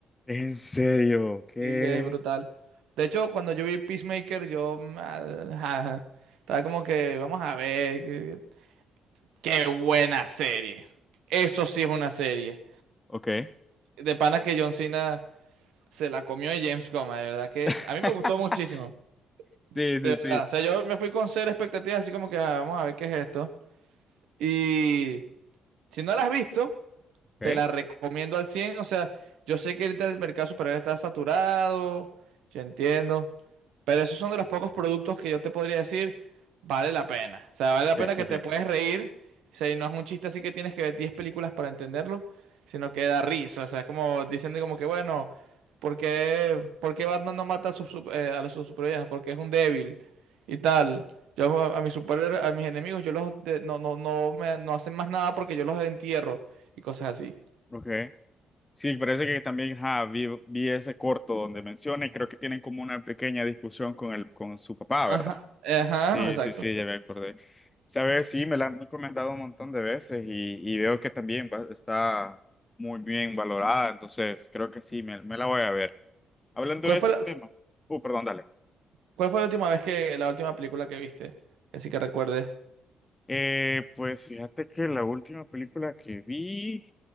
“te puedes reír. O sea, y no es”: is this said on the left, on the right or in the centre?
Right